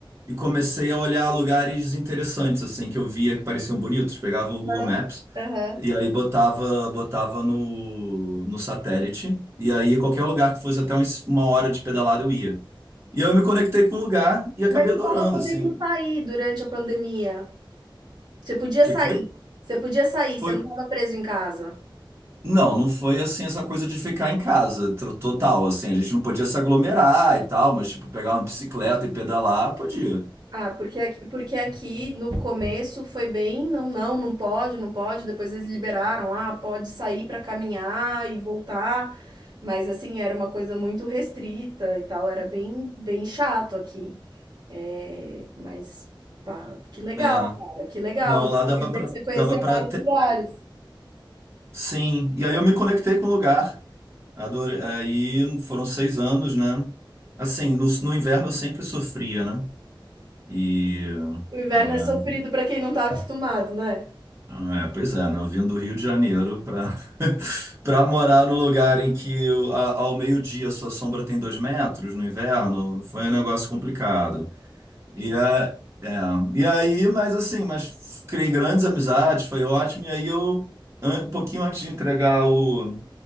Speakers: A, on the right; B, on the right.
A: e comecei a olhar lugares interessantes, assim, que eu via que pareciam bonitos. Pegava o Google
B: aham,
A: Maps
B: aham.
A: e aí botava, botava no, no satélite. E aí qualquer lugar que fosse até uns- uma hora de pedalada eu ia. E aí eu me conectei com o lugar e acabei
B: Mas você
A: adorando,
B: tava podendo
A: assim.
B: sair
A: O
B: durante a pandemia. Você podia
A: que
B: sair.
A: que foi?
B: Você podia sair, você
A: Foi...
B: não tava preso em casa.
A: Não, não foi assim essa coisa de ficar em casa, tro- total, assim. A gente não podia se aglomerar e tal, mas tipo, pegar uma bicicleta e pedalar, podia.
B: Ah, porque aqui, porque aqui no começo foi bem, não, não, não pode, não pode. Depois eles liberaram, ah, pode sair pra caminhar e voltar. Mas assim, era uma coisa muito restrita e tal, era bem, bem chato aqui. É, mas, pá, que legal,
A: É.
B: cara, que legal.
A: Não, lá
B: Isso
A: dava
B: Quer dizer
A: pra,
B: que você conheceu
A: dava pra.
B: vários lugares.
A: Sim, e aí eu me conectei com o lugar. Adorei. Aí foram seis anos, né? Assim, no, no inverno eu sempre sofria, né? E.
B: O inverno
A: ela
B: é sofrido
A: não-
B: pra quem não tá acostumado, né?
A: É, pois é, né? Eu vim do Rio de Janeiro para <laughs> para morar num lugar em que eu- a- ao meio-dia sua sombra tem dois metros no inverno, foi um negócio complicado. E, a, é, e aí, mas assim, mas criei grandes amizades, foi ótimo. E aí eu, an- um pouquinho antes de entregar o,